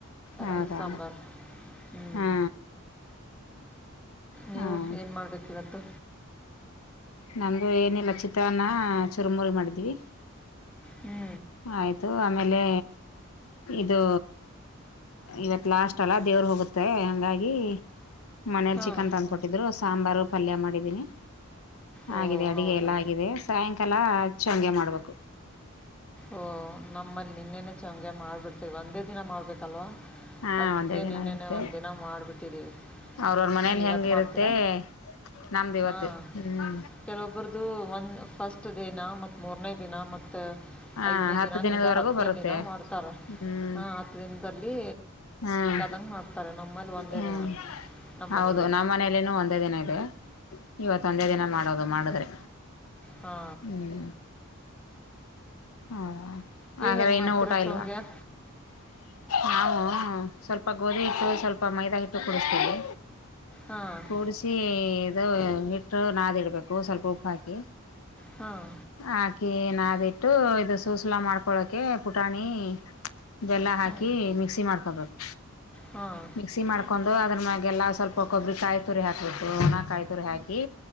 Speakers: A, on the left (about 80°); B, in the centre.
A: ಹೌದಾ
B: ರೈಸ್ ಸಾಂಬಾರ್ ಹ್ಮ್
A: ಹಾ
B: ನೀವು
A: ಹಾ
B: ಏನು ಮಾಡ್ಬೇಕ ಇವತ್ತು.
A: ನಮ್ದು ಏನಿಲ್ಲ ಚಿತ್ರಾನ್ನ ಚುರಮೂರಿ ಮಾಡಿದ್ವಿ.
B: ಹ್ಞೂ
A: ಆಯ್ತು ಆಮೇಲೆ ಇದು ಇವತ್ ಲಾಸ್ಟ್ ಅಲ್ಲ ದೇವ್ರ ಹೋಗುತ್ತೆ ಹಂಗಾಗಿ ಮನೇಲಿ
B: ಹಾಂ
A: ಚಿಕನ್ ತಂದುಕೊಟ್ಟಿದ್ರು ಸಾಂಬಾರು ಪಲ್ಯ ಮಾಡಿದ್ದೀನಿ
B: ಓ
A: ಆಗಿದೆ ಅಡಗೆ
B: ಹೌದಾ
A: ಎಲ್ಲ ಆಗಿದೆ ಸಾಯಂಕಾಲ ಹಚ್ಚು ಹಾಗಂಗೆ ಮಾಡ್ಬೇಕು
B: ಓಹ ನಮ್ಮಲ್ಲಿ ನಿನ್ನೆನ ಚಂಗೆ ಮಾಡಿಬಿಡ್ತೀವಿ ಒಂದೇ ದಿನ ಮಾಡಬೇಕಲ್ವಾ
A: ಹಾಂ
B: ಅದಕ್ಕೆ
A: ಒಂದೇ ದಿನ
B: ನಿನ್ನೆ
A: ಇರುತ್ತೆ
B: ಒಂದು ದಿನ ಮಾಡಿಬಿಟ್ಟಿದ್ದೀವಿ
A: ಅವ್ರವ್ರ ಮನೇಲಿ
B: ನೀವು ಇವತ್ತು
A: ಹೆಂಗಿರುತ್ತೆ
B: ಮಾಡ್ತೀರಾ
A: ನಮ್ದು ಇವತ್ತು
B: ಹಾ
A: ಹ್ಞೂ
B: ಕೆಲವೊಬರ್ದು ಒಂದು ಫಸ್ಟ್ ದಿನ ಮತ್ತು ಮೂರನೇ ದಿನ ಮತ್ತು
A: ಹಾಂ
B: ಐದನೇ
A: ಹತ್ತು
B: ದಿನ
A: ದಿನದವರೆಗೂ
B: ಹಿಂಗ ಹತ್ತನೇ
A: ಬರುತ್ತೆ
B: ದಿನ ಮಾಡ್ತಾರೆ
A: ಹ್ಞೂ
B: ಹ ಹತ್ ದಿನದಲ್ಲಿ
A: ಹಾಂ
B: ದಂಗ್ ಮಾಡ್ತಾರೆ ನಮ್ಮಲ್ಲಿ ಒಂದೇ
A: ಹ್ಮ್
B: ದಿನ ನಮ್ಮ
A: ಹೌದು
B: ಮನೇಲಿ
A: ನಮ್ಮ ಮನೇೆಯಲ್ಲಿನೂ ಒಂದೇ ದಿನ ಇದೆ ಇವತ್ತ ಒಂದೇ ದಿನ ಮಾಡೋದು ಮಾಡಿದ್ರೆ
B: ಹಾ
A: ಹ್ಮ್ ಹ ಹಾಗ್ರೆ
B: ಹೆಂಗೆ
A: ಇನ್ನುೂ
B: ಮಾಡ್ತೀರಾ
A: ಊಟ ಇಲ್ವಾ
B: ಚೋಂಗ್ಯಾ
A: ನಾವು ಸ್ವಲ್ಪ ಗೋಧಿ ಹಿಟ್ಟು ಸ್ವಲ್ಪ ಮೈದಾ ಹಿಟ್ಟು ಕುೂಡಿಸ್ತೀವಿ
B: ಹಾಂ
A: ಕೂಡಿಸಿ ಇ ಹಿಟ್ಟು ನಾದ್ ಇಡಬೇಕು ಸ್ವಲ್ಪ ಉಪ್ಪು ಹಾಕಿ
B: ಹಾಂ
A: ಹಾಕಿ ನಾದಿಟ್ಟು ಇದು ಸೂಸಲಾ ಮಾಡ್ಕೊಳಕೆ ಪುಟಾಣಿ ಬೆ ಲ್ಲ ಹಾಕಿ
B: ಹ್ಞೂ
A: ಮಿಕ್ಸಿ ಮಾಡ್ಕೊಬೇಕು
B: ಹಾಂ
A: ಮಿಕ್ಸಿ ಮಾಡ್ಕೊಂಡು ಅದ್ರ ಮ್ಯಾಗೆಲ್ಲಾ ಸ್ವಲ್ಪ ಕೊಬ್ಬರಿ ಕಾಯಿ ತುರಿ ಹಾಕಕ್ಬಟ್ಟು ಹಣ ಕಾಯಿ ತುರಿ ಹಾಕಿ